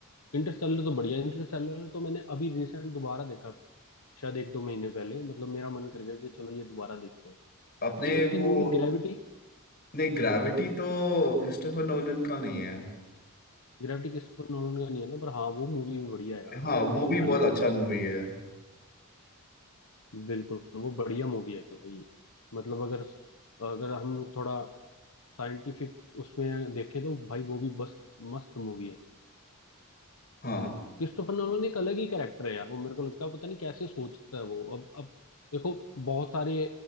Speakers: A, on the left (about 70°); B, on the left (about 45°).
A: इंटरस्टेलर तो बढ़िया इंटरस्टेलर तो मैंने अभी रिसेंट दोबारा देखा शायद एक दो महीने पहले मतलब मेरा मन कर गया कि चलो ये दोबारा देखते हैं
B: आपने
A: एक उसकी
B: वो
A: movie Gravity
B: नहीं ग्रेविटी तो क्रिस्टोफर नोलन का नहीं है
A: Gravity Christopher Nolan का नहीं है ना पर हाँ वो मूवी भी बढ़िया है यार
B: हाँ
A: अगर
B: वो
A: वो उसका
B: भी बहुत
A: नहीं है
B: अच्छा
A: तो
B: मूवी है
A: बिल्कुल वो बढ़िया मूवी है भाई मतलब अगर अगर हम थोड़ा साइंटिफिक उसमें देखें तो भाई वो भी बस मस्त मूवी है
B: हाँ
A: क्रिस्टोफर नोलन एक अलग ही कैरेक्टर है यार वो मेरे को लगता है पता नहीं कैसे सोचता है वो अब अब देखो बहुत सारे